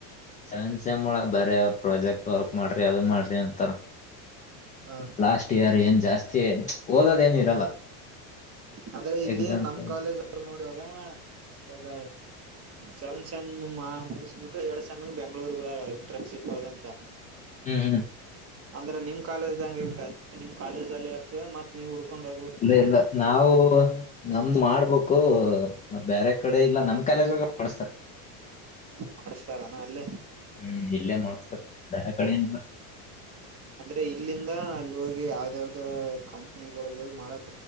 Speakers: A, on the left; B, on the right.
A: ಸೆವೆನ್ ಸೆಮ್ ಒಳ ಬರ ಪ್ರಾಜೆಕ್ಟ್ ವರ್ಕ್ ಮಾಡ್ರಿ ಅದು ಮಾಡ್ರಿ ಅಂತಾರ
B: ಹಾ ಹಾ
A: ಲಾಸ್ಟ್ ಇಯರ್ ಏನ್ ಜಾಸ್ತಿ ಓದದ ಏನ ಇರಲ್ಲ
B: ಆದಂದ್ರೆ ಇಲ್ಲಿ
A: ಎಕ್ಸಾಮ್ಸ್
B: ನಮ ಕಾಲೇಜ್ ಅವರು ನೋಡಿುವಾಗ ಇಗ ಸೆ ಮುಗಿಸ್ಬಿಟ್ಟು ಎರಡ್ ಸಾಮಗ್ ಬೆಂಗ್ಳೂರ್ ಬಾರ ಇಂಟ್ರನ್ಶಿಪ್ ಆದಂತ
A: ಹ್ಮ್ ಹ್ಮ್
B: ಅಂದ್ರೆ ನಿಮ್ ಕಾಲೇಜ್ದಂಗ ಹೆಂಗ ನಿಮ್ ಕಾಲೇಜ್ದಲ್ಲಿ ಇರ್ತದೆ ಮತ್ ನೀವು ಉುಡ್ಕೊಂಡ್ ಹೋಗ
A: ಇಲ್ಲ ಇಲ್ಲ ನಾವು ನಮ್ದು ಮಾಡ್ಬೇಕು ಬೇರೆ ಕಡೆ ಇಲ್ಲ ನಮ ನಮ್ ಕಾಲೇಜೊಳಗ ಮಾಡಳಸ್ತಾರೆ
B: ಮಾಡಿಸ್ತಾರಾನ ಅಲ್ಲೇ
A: ಹ್ಮ್ ಇಲ್ಲೇ ಮಾಸ ಧಾರ ಕಳನಿಲ್ಲ
B: ಅಂದ್ರೆ ಇಲ್ಲಿಂದ ಅಲ್ಲಿ ಹೋಗಿ ಯಾವ್ದ ಯಾವ್ದ ಕಂಪನಿಗಳೊಗ ಹೋಗಿ ಮಾಡಕ್